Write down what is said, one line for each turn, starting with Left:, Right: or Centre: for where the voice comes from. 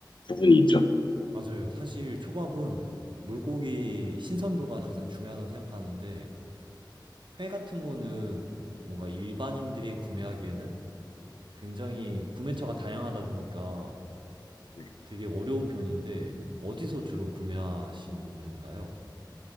Left: 부분이 있죠.
Right: 맞아요. 사실 초밥은 물고기 신선도가 가장 중요하다고 생각하는데, 회 같은 거는 뭔가 일반인들이 구매하기에는 굉장히 구매처가 다양하다 보니까
Left: 네,
Right: 되게 어려운 편인데 어디서 주로 구매하신 편인가요?